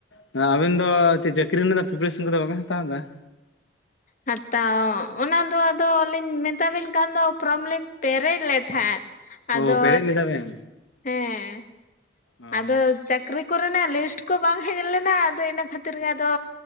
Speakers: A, on the left (about 70°); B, on the left (about 40°).
A: ᱦᱩᱸ ᱟᱵᱮᱱ ᱫᱚ ᱪᱮᱫ ᱪᱟᱹᱠᱨᱤ ᱨᱮᱱᱟᱜ ᱫᱚ ᱯᱨᱤᱯᱟᱨᱮᱥᱚᱱ ᱠᱚᱫᱚ ᱵᱟᱵᱮᱱ ᱦᱟᱛᱟᱣ ᱮᱫᱟ
B: ᱦᱟᱛᱟᱣ ᱚᱱᱟ ᱫᱚ ᱟᱫᱚ ᱞᱤᱧ ᱢᱮᱛᱟ ᱵᱤᱱ ᱠᱟᱱ ᱫᱚ ᱯᱷᱨᱚᱢ ᱞᱤᱧ ᱯᱮᱨᱮᱡ ᱞᱮᱫ ᱛᱟᱦᱮᱸᱫ ᱟᱫᱚ
A: ᱚ ᱯᱮᱨᱮᱡ ᱞᱮᱫᱟ ᱵᱮᱱ
B: ᱦᱮᱸ
A: ᱚ
B: ᱟᱫᱚ ᱪᱟᱹᱠᱨᱤ ᱠᱚᱨᱮᱱᱟᱜ ᱞᱤᱥᱴ ᱠᱚ ᱵᱟᱝ ᱦᱮᱡ ᱞᱮᱱᱟ ᱟᱫᱚ ᱤᱱᱟᱹ ᱠᱷᱟᱹᱛᱤᱨ ᱜᱮ ᱟᱫᱚ